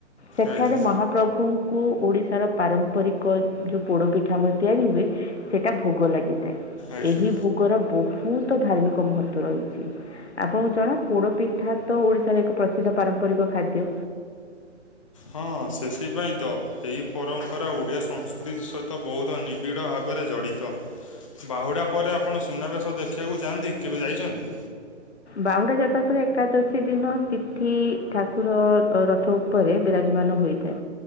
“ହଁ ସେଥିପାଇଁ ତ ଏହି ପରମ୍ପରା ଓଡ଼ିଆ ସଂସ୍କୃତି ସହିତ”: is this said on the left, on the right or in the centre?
Left